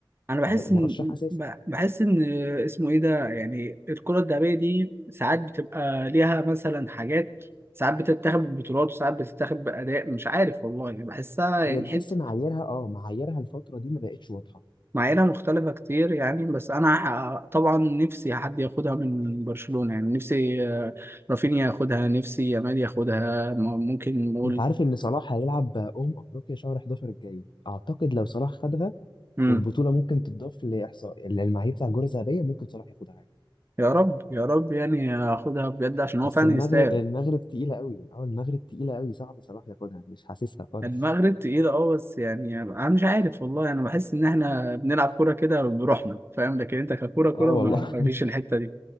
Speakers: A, on the right; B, on the left.
A: انا بحس
B: فهيبقى مرشح
A: ان
B: اساسي
A: ب- بحس ان اسمه ايه ده يعني الكرة الذهبية دي ساعات بتبقى ليها مثلا حاجات ساعات بتتاخد بالبطولات وساعات بتتاخد بأداء مش عارف والله يعني بحسها يعني
B: هي تحس
A: حتة
B: معاييرها اه معاييرها الفتره دي ما بقتش واضحه
A: معاييرها مختلفة كتير يعني بس أنا ح- طبعا نفسي حد ياخدها من برشلونة يعني نفسي آه، رافينيا ياخدها نفسي يامال ياخدها م- ممكن نقول
B: انت عارف ان صلاح هيلعب امم افريقيا شهر 11 الجاي اعتقد لو صلاح خدها
A: إمم.
B: والبطوله ممكن تضاف لاحصاء للمعايير بتاع الجوله الذهبيه ممكن صلاح ياخدها عادي
A: يا رب يا رب يعني هاخدها بجد عشان هو
B: بس
A: فعلا
B: المغرب
A: يستاهل
B: المغرب تقيله قوي اه المغرب تقيله قوي صعب صلاح ياخدها مش حاسسها خالص
A: المغرب تقيل اه بس يعني انا مش عارف والله انا بحس ان احنا بنلعب كوره كده بروحنا فاهم لكن انت ككوره كوره
B: اه والله
A: ما ما فيش الحته دي